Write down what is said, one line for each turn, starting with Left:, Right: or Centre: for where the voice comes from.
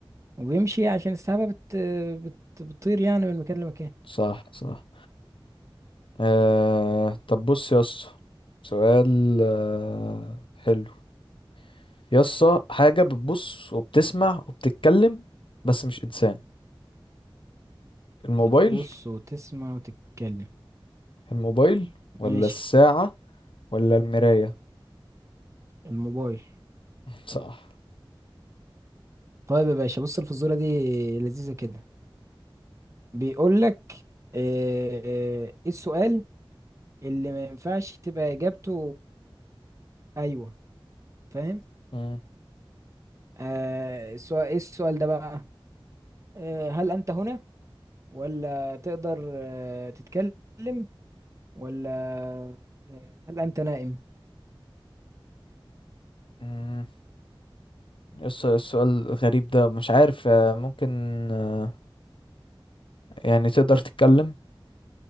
Right: وبيمشي عشان السحابة بت... بت... بتطير يعني من مكان لمكان
Left: صح صح آه... طب بص يا اسطى سؤال آه... حلو يا اسطى حاجة بتبص وبتسمع وبتتكلم بس مش إنسان الموبايل
Right: بتبص وتسمع وتتكلم
Left: الموبايل ولا
Right: ماشي
Left: الساعة ولا المراية
Right: الموبايل
Left: صح
Right: طيب يا باشا بص الفزورة دي لذيذة كده بيقول لك ايه السؤال اللي ما ينفعش تبقى اجابته ايوه فاهم
Left: مم.
Right: آه السؤال ايه السؤال ده بقى آه هل انت هنا ولا تقدر آه تتكلم ولا آه هل انت نائم
Left: مم. يا اسطى السؤال غريب ده مش عارف آه، ممكن آه، يعني تقدر تتكلم